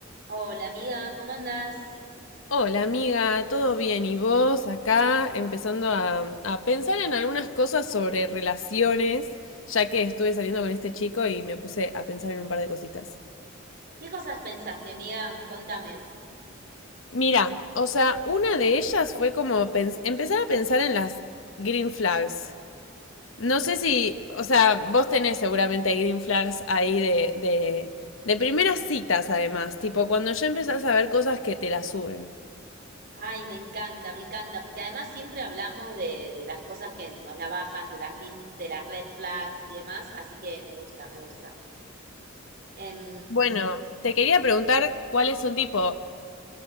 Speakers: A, on the right (about 50°); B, on the left (about 70°).
A: Hola amiga, ¿cómo andás?
B: Hola amiga, ¿todo bien? ¿Y vos acá empezando a, a pensar en algunas cosas sobre relaciones, ya que estuve saliendo con este chico y me puse a pensar en un par de cositas?
A: ¿Qué cosas pensaste, amiga? Contame.
B: Mira, o sea, una de ellas fue como pens- empezar a pensar en las green flags. No sé si, o sea, vos tenés seguramente green flags ahí de, de, de primeras citas además, tipo cuando ya empezás a ver cosas que te la suben.
A: Ay, me encanta, me encanta, porque además siempre hablamos de, de las cosas que nos la bajan, de las green, de las red flags y demás, así que me gusta, me gusta. Em,
B: Bueno, te quería preguntar cuáles son tipo